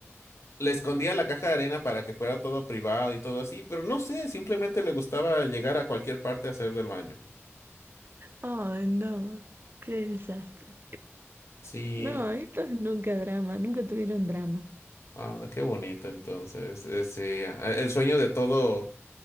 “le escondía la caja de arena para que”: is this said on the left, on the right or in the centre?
Left